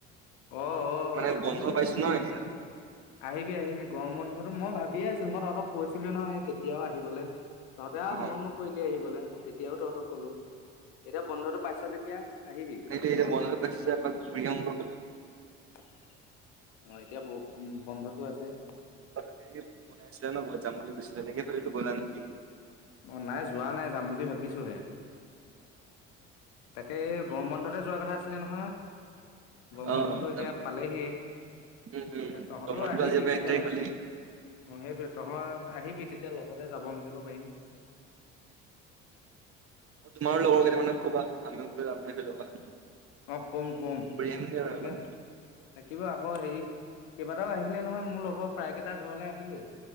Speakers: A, on the left (about 85°); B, on the right (about 45°).
A: অ'-অ',
B: মানে বন্ধ
A: আহিবি,
B: পাইছো
A: আহিবি।
B: ন এতিয়া
A: আহিবি আহিবি, গৰম বন্ধটো মই ভাবিয়ে আছিলোঁ‌, মই তহঁতক কৈছিলো নহয় সেই তেতিয়াও আহিবলে। তহঁতে আৰু
B: অ
A: মন নকৰিলি আহিবলে, মই তেতিয়াও তহঁতক ক'লোঁ। এতিয়া বন্ধটো পাইছ যেতিয়া আহিবি।
B: তাকে এতিয়া বন্ধটো পাইছোঁ যেতিয়া এপাক ফুৰি আহোঁ ব'ল।
A: অ', এতিয়া বৰষু উম, বন্ধটো আছে।
B: অ', হেৰি শুনাইছিলে ন, ক'ৰবাত যাম বুলি কৈছিলে, এনেকে ভাবিলোঁ গ'লা নেকি।
A: অ', নাই যোৱা নাই, যাম বুলি ভাবিছোঁ‌ হে। তাকে এই গৰম বন্ধতে যোৱা কথা আছিলে নহয়, গৰম
B: অ
A: বন্ধটো
B: তাত
A: এতিয়া পালেহিয়ে,
B: উম উম
A: এ তহঁতো
B: গৰম বন্ধটো
A: আহিবি
B: আজিৰ পৰা
A: তেতিয়া
B: এক তাৰিখ হ'লেই।
A: অ', সেইটোৱে তহঁত আহিবি, তেতিয়া লগতে যাব মেলিব পাৰিম।
B: অ', তোমাৰো লগৰ কেইটমানক ক'বা, আমিও যাম এইফালৰ পৰা।
A: অ', ক'ম-ক'ম,
B: ঘূৰি আহিমগে আৰু
A: থাকিবা
B: এপাক।
A: থাকিবা আকৌ হেৰি, কেইবাটাও আহিলে নহয়, মোৰ লগৰ প্ৰায় কেইটা ঘৰলে আহিলেই।